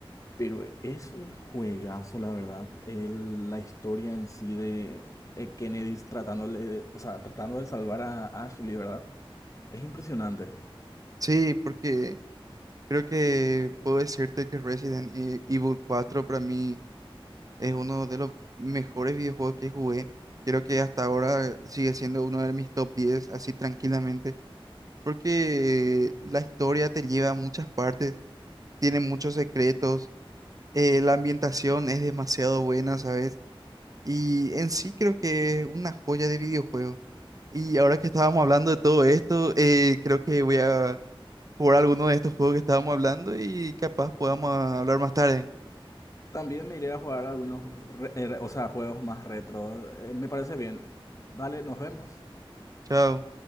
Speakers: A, on the left; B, on the right.
A: Pero es un juegazo, la verdad. El- la historia en sí de eh, Kennedy tratándole, de- o sea, tratando de salvar a Ashley, ¿verdad? Es impresionante.
B: Sí, porque Creo que puedo decirte que Resident E- Evil cuatro para mí es uno de los mejores videojuegos que jugué. Creo que hasta ahora sigue siendo uno de mis top 10 así tranquilamente, porque la historia te lleva a muchas partes, tiene muchos secretos, eh, la ambientación es demasiado buena, ¿sabes? Y en sí creo que es una joya de videojuego. Y ahora que estábamos hablando de todo esto, eh, creo que voy a jugar alguno de estos juegos que estábamos hablando y capaz podamos ah, hablar más tarde.
A: También me iré a jugar algunos, re- eh, re- o sea, juegos más retro. Eh, me parece bien. Dale, nos vemos.
B: Chao.